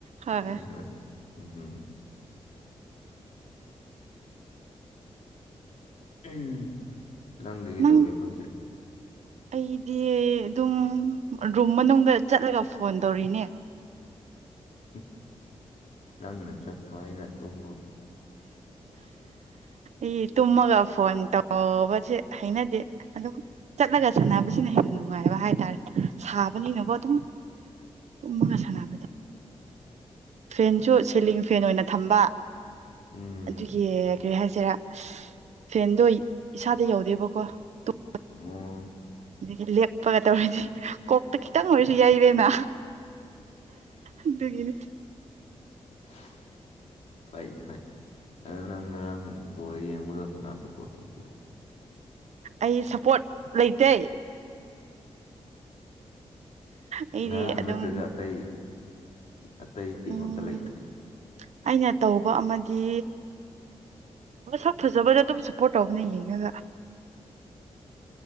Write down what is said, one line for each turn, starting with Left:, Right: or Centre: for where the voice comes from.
Right: ꯍꯣꯏ
Left: ꯑꯅꯤ ꯈꯛ ꯑꯣꯏ ꯎꯝ ꯎꯝ ꯅꯪꯗꯤ ꯀꯩꯗꯧꯔꯤꯕ
Right: ꯅꯪ
Left: ꯍꯧꯖꯤꯛ
Right: ꯑꯩꯗꯤ ꯑꯗꯨꯝ ꯔꯨꯝ ꯃꯅꯨꯡꯗ ꯆꯠꯂꯒ ꯐꯣꯟ ꯇꯧꯔꯤꯅꯦ
Left: ꯍꯨꯝ ꯅꯪꯅ ꯆꯠꯄ ꯑꯩꯅ ꯇꯨꯝꯕ <inaudible>
Right: ꯑꯩꯗꯤ ꯇꯨꯝꯃꯒ ꯐꯣꯟ ꯇꯧꯕꯁꯦ ꯍꯩꯅꯗꯦ ꯑꯗꯨꯝ ꯆꯠꯂꯒ ꯁꯥꯟꯅꯕꯁꯤꯅ ꯍꯦꯟꯅ ꯅꯨ ꯅꯨꯡꯉꯥꯏꯕ ꯍꯥꯏꯇꯥꯥꯔꯦ ꯁꯥꯕꯅꯤꯅ ꯀꯣ ꯑꯗꯨꯝ ꯇꯨꯝꯃꯒ ꯁꯥꯟꯅꯕꯗ ꯐꯦꯟꯁꯨ ꯁꯤꯂꯤꯡ ꯐꯦꯟ ꯑꯣꯏꯅ ꯊꯝꯕ
Left: ꯎꯝ
Right: ꯑꯗꯨꯒꯤ ꯀꯔꯤ ꯍꯥꯏꯁꯤꯔꯥ ꯐꯦꯟꯗꯣ ꯏꯁꯥꯗ ꯌꯧꯗꯦꯕꯀꯣ ꯇꯨꯝ
Left: ꯑꯣ
Right: ꯑꯗꯒꯤ ꯂꯦꯛꯄꯒ ꯇꯧꯔꯤꯅꯤ ꯀꯣꯛꯇ ꯈꯤꯇꯪ ꯑꯣꯏꯔꯁꯨ ꯌꯩꯔꯦꯅ ꯑꯗꯨꯒꯤꯅꯤ
Left: <inaudible> ꯐꯩ ꯐꯩ ꯑꯗꯨ ꯅꯪ ꯉꯔꯥꯡ ꯕꯣꯜ ꯌꯦꯡꯕꯗꯣ ꯀꯅꯥ ꯁꯞꯄꯣꯔꯠ ꯇꯧꯒꯦ
Right: ꯑꯩ ꯁꯞꯄꯣꯔꯠ ꯂꯩꯇꯦ ꯑꯩꯗꯤ
Left: ꯉꯔꯥꯡ
Right: ꯑꯗꯨꯝ
Left: ꯅꯠꯇ꯭ꯔꯁꯨ ꯑꯇꯩ ꯑꯇꯩ ꯇꯤꯝ
Right: ꯎꯝ
Left: ꯑꯝꯇ ꯂꯩꯇꯦ
Right: ꯑꯩꯅ ꯇꯧꯕ ꯑꯃꯗꯤ ꯃꯁꯛ ꯐꯖꯕꯗ ꯑꯗꯨꯝ ꯁꯄꯣꯠ ꯇꯧꯕꯅꯦ ꯌꯦꯡꯉꯒ